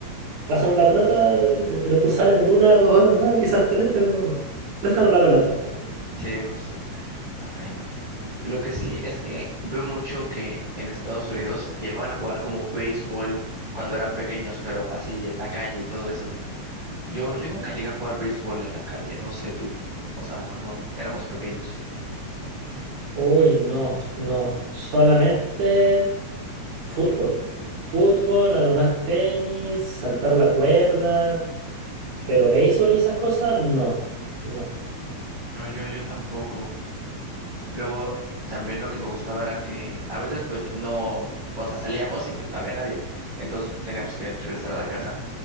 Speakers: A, on the right; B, on the right.
A: pásanos la pelota, eh, pero tú sales en una, dos horas más, quizás tres, pero préstanos la pelota.
B: Sí, justo. Ay, no. Lo que sí es que veo mucho que en Estados Unidos llegaban a jugar como béisbol cuando eran pequeños, pero así en la calle y todo eso. Yo, yo nunca llegué a jugar béisbol en la calle, no sé tú. O sea, cuando éramos pequeños.
A: Uy, no, no, solamente fútbol. Fútbol, a lo más tenis, saltar la cuerda, pero béisbol y esas cosas, no, no.
B: No, yo, yo tampoco. Luego, también lo que me gustaba era que a veces pues no, o sea, salíamos y pues no había nadie. Entonces teníamos que regresar a la casa.